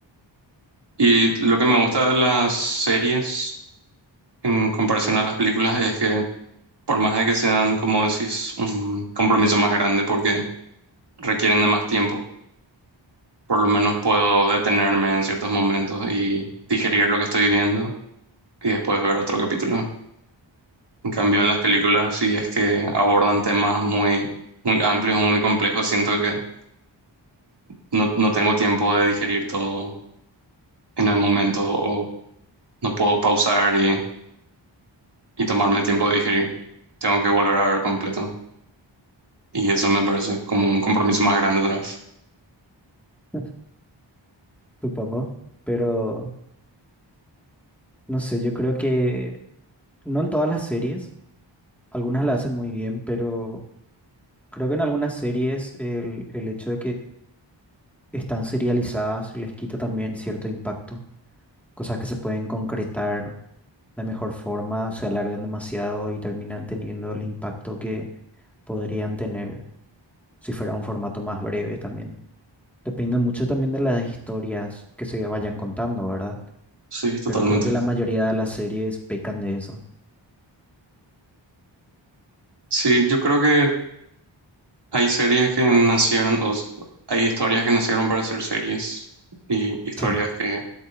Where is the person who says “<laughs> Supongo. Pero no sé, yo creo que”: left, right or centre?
Centre